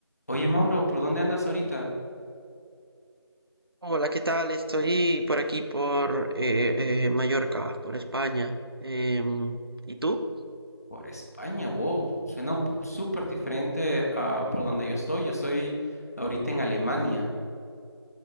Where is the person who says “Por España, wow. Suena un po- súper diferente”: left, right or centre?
Left